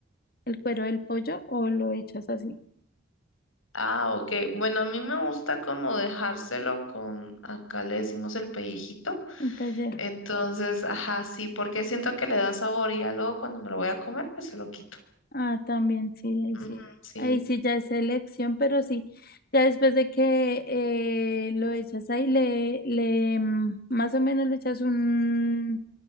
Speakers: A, on the left; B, on the left.
A: el cuero del pollo o lo echas así
B: Ah, ok. Bueno, a mí me gusta como dejárselo con, acá le decimos el pellejito.
A: en pellejo.
B: Entonces, ajá, sí, porque siento que le da sabor y ya luego cuando me lo voy a comer, pues se lo quito.
A: Ah, también sí, ahí sí,
B: Ujú, sí.
A: ahí sí ya es elección, pero sí, ya después de que eh, lo echas ahí, le, le, mm, más o menos le echas un,